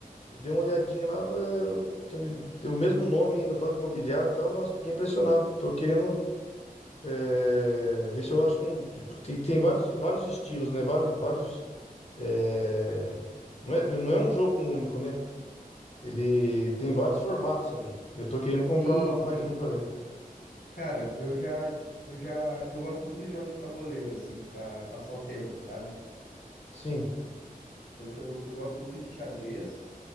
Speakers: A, on the left (about 45°); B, on the left (about 75°).
A: dei uma olhadinha lá, é, tem tem o mesmo nome ainda, Banco Imobiliário e tal. Nossa, eu fiquei impressionado. Tô querendo é, ver se eu acho um. tipo, Tem, tem vários, vários estilos, né? Vários, vários. é, não é, não é um jogo único, né? Ele tem vários formatos ali. Eu tô querendo
B: Sim,
A: comprar
B: sim.
A: mais um pra ver.
B: Cara, eu já, eu já, eu gosto muito de jogos de tabuleiro, assim, pra passar o tempo, sabe?
A: Sim,
B: Tanto que eu, eu gosto muito de xadrez,